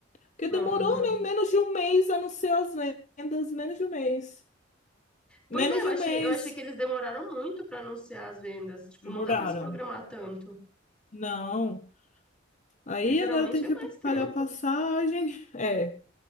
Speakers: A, on the left; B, in the centre.
A: Porque
B: Não.
A: demorou,
B: uhum.
A: né? Menos de um mês, a não ser as vendas, menos de um mês. Menos
B: Pois é, eu
A: de
B: achei,
A: um mês.
B: eu achei que eles demoraram muito pra anunciar as vendas. Tipo,
A: Demoraram.
B: não dá pra se programar tanto.
A: Não. Aí
B: Porque geralmente
A: agora tem que
B: é mais
A: p-
B: tempo.
A: pagar passagem. É,